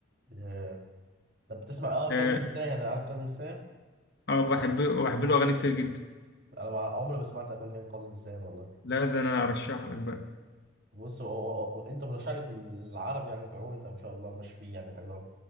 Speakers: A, on the right (about 50°); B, on the left (about 55°).
A: آه، طب بتسمع اه
B: اه
A: كاظم الساهر عارف كاظم الساهر
B: آه، بحب بحب له اغاني كتير جدا
A: انا مع- عمري ما سمعت اغنيه كاظم الساهر والله
B: لا ده انا ارشح لك بقى
A: بص هو هو- هو- انت مرشح لي في العربي يعني في العموم انت ما شاء الله ماشي فيه يعني حلو قوي